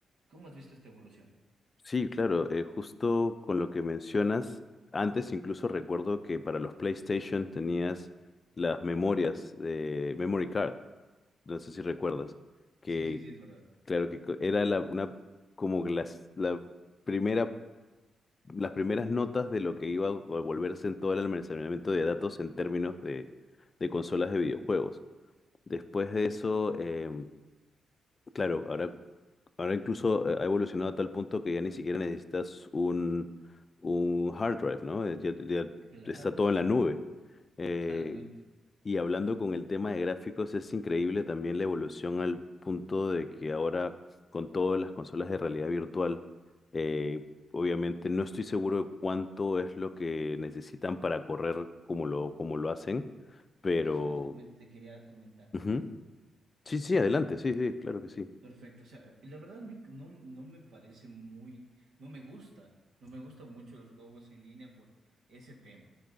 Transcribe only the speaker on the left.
Sí, claro, eh, justo con lo que mencionas, antes incluso recuerdo que para los PlayStation tenías las memorias de Memory Card, no sé si recuerdas, que
claro que co- era la, una, como que las, la primera, las primeras notas de lo que iba a volverse en todo el almacenamiento de datos en términos de, de consolas de videojuegos. Después de eso, em, claro, ahora Ahora incluso eh, ha evolucionado a tal punto que ya ni siquiera necesitas un, un hard drive, ¿no? Eh, Ya, ya
está todo en la nube. Eh,
y hablando con el tema de gráficos, es increíble también la evolución al punto de que ahora con todas las consolas de realidad virtual, eh, obviamente no estoy seguro de cuánto es lo que necesitan para correr como lo, como lo hacen, pero...
ujú. Sí, sí, adelante, sí, sí, claro que sí.